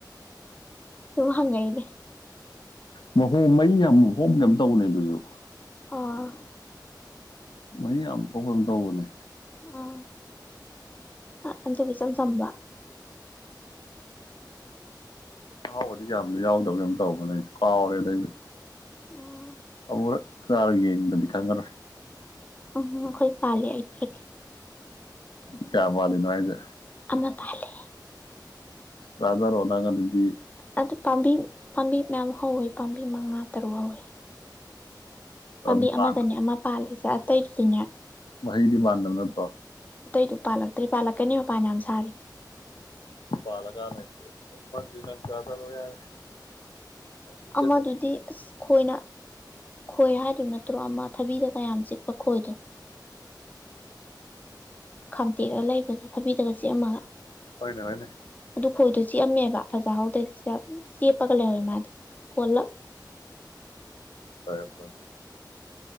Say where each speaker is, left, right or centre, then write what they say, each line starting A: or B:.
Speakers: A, on the left; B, on the left.
A: ꯁꯝꯉꯛꯏꯅꯦ
B: ꯃꯩ ꯀꯣꯝ ꯃꯍꯤ ꯌꯥꯝꯍꯣꯝꯒꯨꯝ ꯇꯧꯕꯅꯦ ꯑꯗꯨꯁꯨ
A: ꯑꯣ
B: ꯃꯍꯤ ꯌꯥꯝ ꯊꯣꯛꯄ꯭ꯔ ꯑꯃ ꯇꯧꯕꯅꯦ
A: ꯑꯥ ꯑ ꯑꯗꯒ ꯏꯆꯝꯁ ꯆꯝꯕ
B: ꯑꯍꯥꯎꯕꯗꯤ ꯌꯥꯝꯗꯤ ꯌꯥꯎꯗꯕ ꯌꯥꯝ ꯇꯧꯗ ꯑꯩꯁꯨ ꯀꯥꯎꯔꯦ ꯑꯗꯩꯁꯨ
A: ꯑꯝ
B: ꯄꯨꯔ ꯆꯥꯔꯒꯥ ꯌꯦꯟꯗꯔ꯭ꯗꯤ ꯈꯪꯂꯥꯔꯣꯏ
A: ꯎꯝ ꯑꯩꯈꯣꯏ ꯄꯥꯜꯂꯦ ꯍꯥꯏꯕꯤꯔꯛꯀꯦ
B: ꯀꯌꯥ ꯋꯥꯅꯅꯨꯡꯥꯏꯖꯦ
A: ꯑꯃ ꯇꯂꯦ
B: ꯔꯥꯖꯥ ꯔꯣꯍꯅꯥꯒꯥꯟꯙꯗꯤ
A: ꯑꯗ ꯄꯝꯕ ꯄꯝꯕꯤ ꯃꯌꯥꯝ ꯍꯧꯋꯤ ꯄꯥꯝꯕꯤ ꯃꯉꯥ ꯇꯔꯨꯛ ꯍꯧꯋꯤ ꯄꯥꯝꯕꯤ
B: ꯑꯗꯨ ꯄꯥꯟ
A: ꯑꯃꯗꯅꯦ ꯑꯃ ꯄꯥꯜꯂꯤꯁꯦ ꯑꯇꯩꯁꯤꯅꯦ
B: ꯃꯍꯩꯗꯤ ꯄꯥꯟꯗꯕ ꯅꯠꯇ꯭ꯔꯣ
A: ꯑꯇꯩꯗꯨ ꯄꯥꯜꯂꯛꯇ꯭ꯔꯤ ꯄꯥꯜꯂꯛꯀꯅꯤ ꯃꯄꯥꯟꯅ ꯌꯥꯝ ꯁꯥꯔꯤ
B: ꯔꯖ ꯐ ꯂ ꯆꯗ ꯌꯥꯔꯦ ꯅꯪ ꯄꯨꯛꯆꯦꯟ
A: ꯑꯃꯗꯨꯗꯤ ꯑꯁ ꯈꯣꯏꯅ ꯈꯣꯏ ꯍꯥꯏꯗꯨ ꯅꯠꯇ꯭ꯔꯣ ꯑꯃ ꯊꯕꯤꯗ ꯀꯌꯥꯝ ꯆꯤꯛꯄ ꯈꯣꯏꯗꯣ ꯈꯥꯝꯇꯦꯛꯑ ꯂꯩꯕꯗꯣ ꯊꯕꯤꯗꯒ ꯆꯤꯛꯑꯝꯃꯒ
B: ꯍꯣꯏꯅꯦ ꯍꯣꯏꯅꯦ
A: ꯑꯗꯨ ꯈꯣꯏꯗꯣ ꯆꯤꯛꯑꯝꯃꯦꯕ ꯐꯖꯍꯧꯗ꯭ꯔ ꯆꯦꯞꯄꯒ ꯂꯩꯍꯧꯋꯦ ꯃꯥꯗꯤ ꯀꯣꯜꯂꯞ
B: ꯍꯔ ꯍꯣꯏ